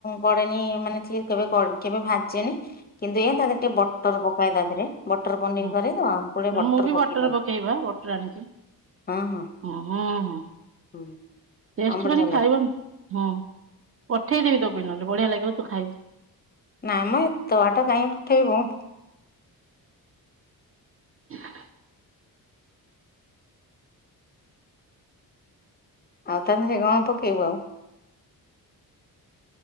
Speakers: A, on the left; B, on the right.
A: ପଡେନି ମାନେ ସିଏ କେବେ କଡ୍ କେବେ ଭାଜେନି। କିନ୍ତୁ ଏଇଆ ତା ଦେହରେ ଟିକେ ବଟର ପକାଏ ତା ଦେହରେ। ବଟର ପନିର
B: ନା
A: କରେ ତ ପୁଳେ
B: ମୁଁ ବି
A: ପକେଇଦିଏ
B: ବଟର ପକେଏ ବା ବଟର ଆଣିିଚି।
A: ହଁ ହଁ।
B: ହ ହଁ ହଁ
A: ହୁଁ
B: ଟେଷ୍ଟ
A: ହଁ ବଢିଆ
B: କରିକି
A: ଲାଗେ
B: ଖାଇବନି। ହଁ ପଠେଇଦେବି ତୋ ପାଇଁ ନହେଲେ। ବଢିଆ ଲାଗିବ ତୁ ଖାଇବୁ।
A: ନାଇଁ ମ ଏତେ ବାଟ କାଇଁ ପଠେଇବୁ।
B: <inaudible>
A: ଆଉ ତାହେଲେ ସେ କଣ ପକେଇବୁ ଆଉ?